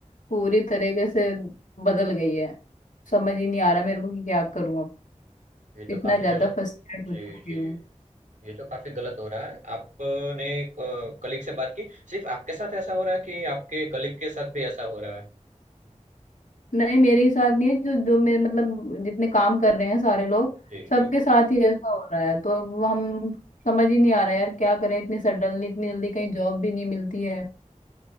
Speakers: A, on the left (about 85°); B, on the right (about 80°).
A: पूरी तरीके से बदल गई है समझ ही नहीं आ रहा मेरे को कि क्या करूं अब
B: ये तो
A: इतना
B: काफी
A: ज्यादा
B: गलत
A: फ्रस्ट्रेट
B: जी
A: हो चुकी
B: जी ये तो काफी गलत हो रहा है आपने कलीग से बात की सिर्फ आपके साथ ऐसा हो रहा है कि आपके कलीग के साथ भी ऐसा हो रहा है
A: नहीं मेरे ही साथ नहीं है जो जो मेरे मतलब जितने काम कर रहे हैं सारे लोग
B: जी
A: सबके
B: जी
A: साथ ही ऐसा हो रहा है तो अब हम समझ ही नहीं आ रहा यार क्या करें इतनी सडनली इतनी जल्दी कहीं जॉब भी नहीं मिलती है